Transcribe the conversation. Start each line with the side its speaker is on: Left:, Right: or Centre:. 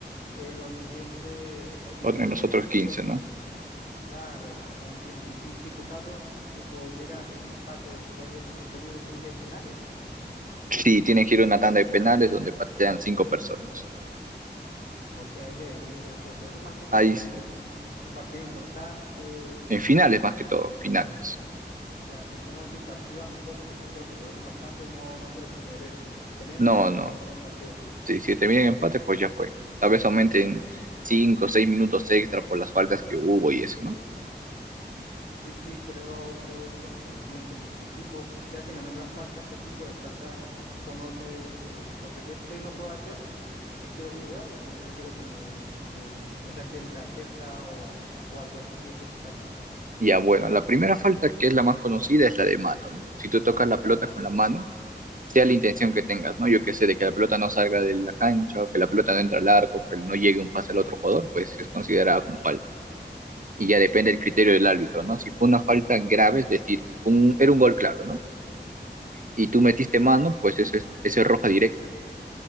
Left: en los siguiente, el siguiente
Right: Otro- En los otros
Left: tiempo
Right: quince ¿no?
Left: de Claro, ya entiendo. Y si tipo caso, tipo llegan a tener un empate después del tiempo libre, tienen que ir penales.
Right: Sí, tienen que ir a una tanda de penales donde patean cinco personas.
Left: Ok, ahí se define ya el juego. Eso más que todo
Right: Ahí,
Left: me
Right: se-
Left: dice que son en partidos importantes,
Right: en finales más que todo, finales.
Left: ya tipo, vamos a decir, partidos amistosos que he escuchado que se juegan bastante, no, no suele suceder eso. Si tienen
Right: No,
Left: empate,
Right: no.
Left: termina el partido.
Right: Sí, si terminan en empate, pues ya fue. Tal vez aumenten cinco o seis minutos extra por las faltas que hubo y eso, ¿no?
Left: Sí, sí, creo, creo ir comprendiendo. Y tipo, ya que me nombras faltas, ¿qué tipo de faltas conoces sobre el deporte? ¿Qué, qué no puedo hacer si quiero jugar y no quiero que me, me, me saquen tarjeta o, o algo así que he visto que sacan?
Right: Ya, bueno, la primera falta que es la más conocida es la de mano, ¿no? Si tú tocas la pelota con la mano, sea la intención que tengas, ¿no? Yo qué sé, de que la pelota no salga de la cancha, o que la pelota no entre al arco, que no llegue un pase al otro jugador, pues es considerada como falta. Y ya depende del criterio del árbitro, ¿no? Si fue una falta grave, es decir, un, era un gol claro, ¿no? Y tú metiste mano, pues eso es, eso es roja directa.